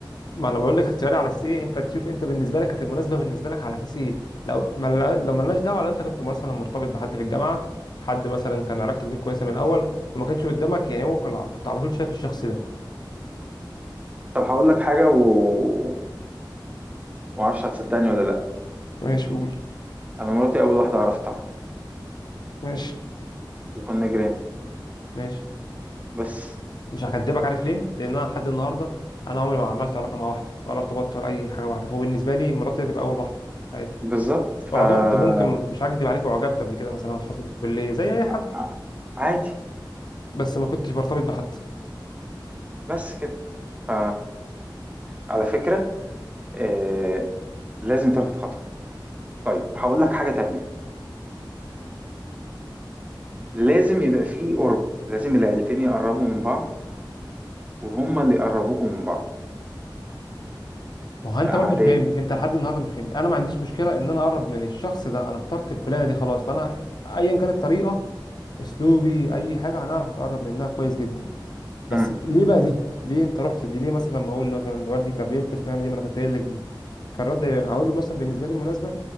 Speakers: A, on the left (about 60°); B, on the right (about 20°).
A: ما انا بقول لك اختياري على اساس ايه انت تشوف انت بالنسبه لك كانت المناسبه بالنسبه لك على اساس ايه لو ما لو ملناش دعوه لو انت كنت مثلا مرتبط بحد في الجامعه حد مثلا كان علاقتك بيه كويسه من الاول وما كانش قدامك يعني هو كان- كنت على طول شايف الشخص ده
B: طب هقول لك حاجة و ما اعرفش هتصدقني ولا لا
A: ماشي قول
B: انا مراتي اول واحدة عرفتها
A: ماشي
B: وكنا جيران
A: ماشي
B: بس
A: مش هكدبك عارف ليه لان انا لحد النهارده انا عمري ما عملت علاقه مع واحده ولا ارتبطت ولا اي حاجه واحده فبالنسبه لي مراتي هتبقى اول واحده في حياتي
B: بالظبط فعادي
A: اعجبت ممكن مش هكدب عليك اعجبت قبل كده مثلا في فتره الكليه زي اي حد
B: ع- عادي
A: بس ما كنتش برتبط بحد
B: بس كده ف... على فكرة آه، لازم تاخد خطوة طيب هقول لك حاجة تانية لازم يبقى فيه قرب لازم العيلتين يقربوا من بعض وهما اللي يقربوكوا من بعض
A: ما هو انت
B: في قعدات
A: برضه مش فاهمني انت لحد النهارده مش فاهمني انا ما عنديش مشكله ان انا اقرب من الشخص ده انا اخترت الفلانه دي خلاص فانا ايا كانت الطريقه اسلوبي اي حاجه هنعرف اتقرب منها كويس جدا بس
B: امم
A: ليه بقى دي ليه انت رحت دي ليه مثلا ما اقول مثلا لوالدي طب ليه انت اشمعنى دي ما انا كنت قايل لك دي كان رد يبقى- اقول له مثلا بالنسبه لي مناسبه